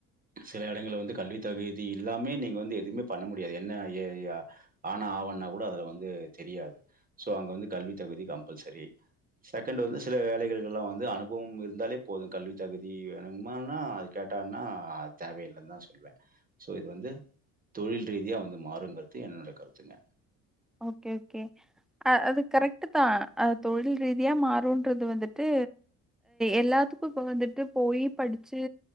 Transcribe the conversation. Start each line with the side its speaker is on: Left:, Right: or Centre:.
Right: செல இடங்கல்ல வந்து கல்வி தகுதி இல்லாமே நீங்க வந்து எதுவுமே பண்ண முடியாது என்ன எ எ ஆனா ஆவனா கூட அதுல வந் வந்து தெரியாது சோ அங்க வந்து கல்வி தகுதி கம்பல்சரி செகண்ட் வந்து சில வேலைகள் எல்லாம் வந்து அனுபவம் இருந்தாலே போதும் கல்வி தகுதி வேணுங்குமான்னா அது கேட்டான்னா அது தேவையில்லன்னு தான் சொல்லுவே சோ இது வந்து தொழில் ரீதியா வந்து <unintelligible> என்னோட கருத்துங்க
Centre: ஓகே ஓகே அது கரெக்ட் தா அ தொழில் ரீதியா மாறும்ன்றது வந்துட்டு எல்லாத்துக்கு இப்ப வந்துட்டு போயி படிச்சு